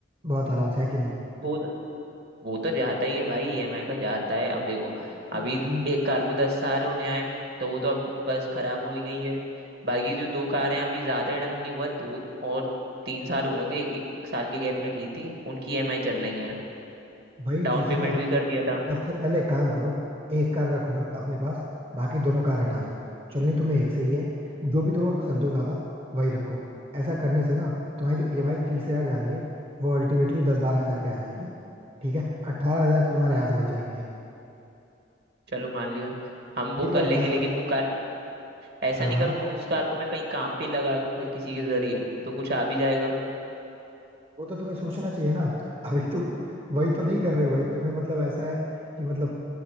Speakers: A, on the right; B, on the right.
A: बहुत आराम से है कि नहीं
B: वो तो वो तो जाता ही है भाई ईएमआई
A: ये भाई
B: का जाता
A: ये
B: है अब देखो
A: वही चीज
B: अभी
A: भाई
B: एक कार को दस साल होने आए तो वो तो अब बस खराब हो गई है बाकी जो दो कारें हैं, अभी ज्यादा टाइम नहीं हुआ दो और तीन साल हुए होंगे एक एक साल के गैप में ली थी उनकी ईएमआई चल रही है
A: वही
B: डाउन
A: चीज
B: पेमेंट
A: है ना
B: भी कर दिया था
A: सबसे पहले एक काम करो एक कार रखो ना अपने पास बाकी दोनों कार हटा दो चलनी तुम्हें एक से ही है जो भी तुम्हें पसंद हो ज्यादा वही रखो ऐसा करने से ना तुम्हारी जो ईएमआई तीस हजार जा रही है वो अल्टीमेटली दस बारह हजार पे आ जाएगी ठीक है अट्ठारह हजार तो तुम्हारे यहाँ से बच जाएंगे
B: चलो मान लिया हम वो
A: ये जो
B: कर
A: अट्ठारह
B: लेंगे लेकिन
A: बच्चे
B: वो कार
A: हैं
B: ऐसा
A: हाँ
B: नहीं
A: हाँ
B: करूँ उस कार को मैं कहीं काम पे लगा दूं फिर किसी के जरिए तो कुछ आ भी जाएगा
A: वो तो तुम्हें सोचना चाहिए ना अभी तुम वही तो नहीं कर रहे हो भाई तुम्हें मतलब ऐसा है कि मतलब